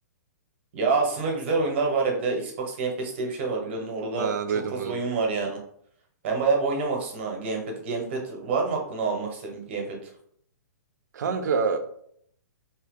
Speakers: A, on the right (about 35°); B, on the right (about 70°).
A: Ya aslında güzel oyunlar var ya. Bir de Xbox Game Pass diye bir şey var biliyorsun. Orada
B: Ha,
A: çok
B: duydum
A: fazla
B: duydum.
A: oyun var yani. Ben bayağı bir oynamak istiyorum ha, Gamepad. Gamepad var mı aklına almak isterim bir Gamepad?
B: Kanka